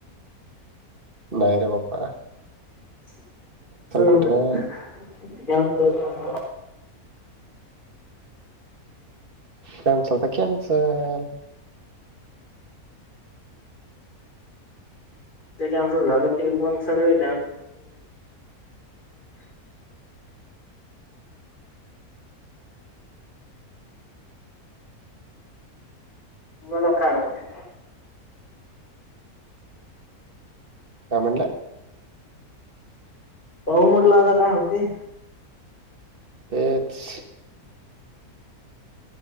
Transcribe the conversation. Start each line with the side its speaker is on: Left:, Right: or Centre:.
Right: नाही रे बापा
Left: <unintelligible>
Right: कुठं कॅन्सल तर कॅन्सल
Left: ते कॅन्सल झाल की मग सगळे <unintelligible> मला काय माहीत
Right: काय म्हणल?
Left: पाहु म्हटल आता काय होते
Right: तेच